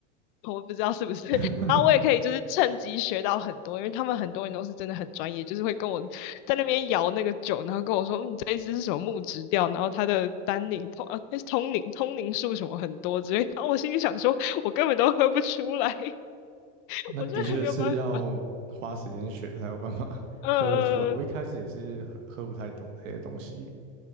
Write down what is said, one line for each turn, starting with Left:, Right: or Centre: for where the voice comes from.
Left: 我不知道是不是，
Right: <laughs>
Left: 然后我也可以就是趁机学到很多，因为他们很多人都是真的很专业，就是会跟我在那边摇那个酒，然后跟我说，嗯，这一支是什么木质调，然后它的单宁通啊，它是通宁通宁数什么很多之类的，然后我心里想说，我根本都喝不出来，<laughs>
Right: 那的确是要花时间学才有办法
Left: 我真的没有办法，
Right: <laughs>
Left: 嗯、
Right: 喝得出来。我一开始也是喝喝不太懂这些东西。
Left: 呃，